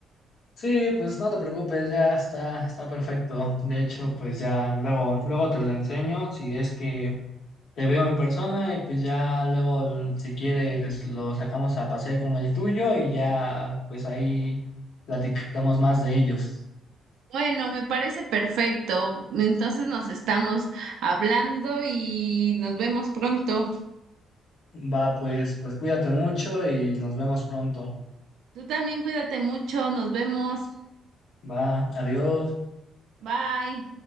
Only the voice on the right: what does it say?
Bueno, me parece perfecto. Entonces nos estamos hablando y nos vemos pronto.
Tú también cuídate mucho, nos vemos.
Bye.